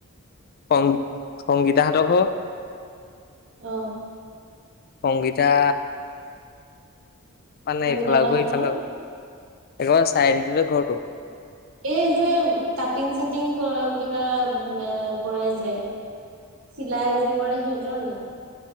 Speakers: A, on the left; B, on the right.
A: সংগীতা সংগীতাহত ঘৰৰ
B: অ।
A: সংগীতা মানে
B: সংগীতা
A: ইফাল
B: বাহঁতৰ
A: ঘৰ ইফাল একেবাৰে চাইডটে ঘৰতো।
B: এই যে কাটিং চাটিং কৰা কিবা এ কৰে যে। চিলাই যে কৰে সিহঁতৰ নেকি?